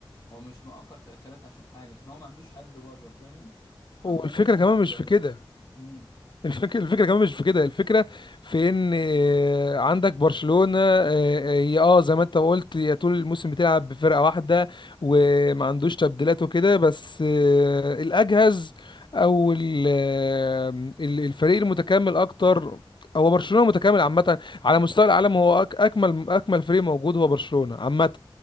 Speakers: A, on the left (about 30°); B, on the left (about 55°).
A: هو مش مؤخر تأخيرات عشان حاجة عشان هو ما عندوش حد بره فاهم فعمال
B: والفكره
A: يهلك
B: كمان
A: في
B: مش
A: العيال
B: في كده
A: امم
B: الفك... الفكره كمان مش في كده الفكره في ان آه، عندك برشلونه اه آه، يا آه، زي ما انت ما قلت يا طول الموسم بتلعب بفرقه واحده وما عندوش تبديلات وكده بس آه، الاجهز او ال- آه، ال- الفريق المتكامل اكتر هو برشلونه متكامل عامه على مستوى العالم هو أك... اكمل اكمل فريق موجود هو برشلونه عامه